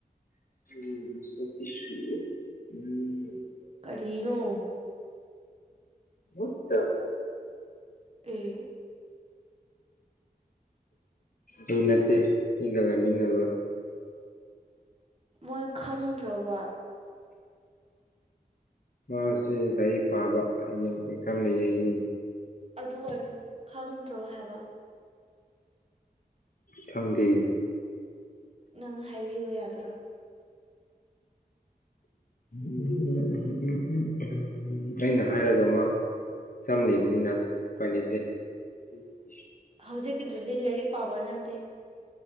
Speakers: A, on the left; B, on the right.
A: ꯎ ꯃꯁꯇ ꯇꯁ ꯎꯝ
B: ꯀꯔꯤꯅꯣ
A: ꯃꯠꯇ
B: ꯑꯦ
A: ꯑꯩ ꯅꯠꯇꯦ ꯑꯩꯒ ꯂꯃꯤꯟꯅꯕ
B: ꯃꯣꯏ ꯈꯪꯗ꯭ꯔꯕ
A: ꯃꯥꯁꯤ ꯂꯥꯏꯔꯤꯛ ꯄꯥꯕ ꯍꯌꯦꯡ ꯑꯦꯛꯆꯝ ꯂꯩ ꯍꯥꯏꯌꯦ
B: ꯑꯗꯨ ꯑꯣꯏꯔꯁꯨ ꯈꯪꯗ꯭ꯔꯣ ꯍꯥꯏꯕ
A: ꯊꯪꯗꯤ
B: ꯅꯪꯅ ꯍꯥꯏꯕꯤꯌꯨ ꯌꯥꯗ꯭ꯔꯣ
A: ꯎ ꯎꯝ ꯎꯝ ꯎꯝ ꯎꯝ ꯎꯝ ꯎꯝ ꯎꯝ ꯎꯝ ꯑꯩꯅ ꯍꯥꯏꯔꯒ ꯃꯥ ꯆꯝ ꯂꯩꯕꯅꯤꯅ ꯄꯥꯏ ꯂꯩꯗꯦ
B: ꯍꯧꯖꯤꯛꯀꯤꯗꯨꯗꯤ ꯂꯥꯏꯔꯤꯛ ꯄꯥꯕ ꯅꯠꯇꯦ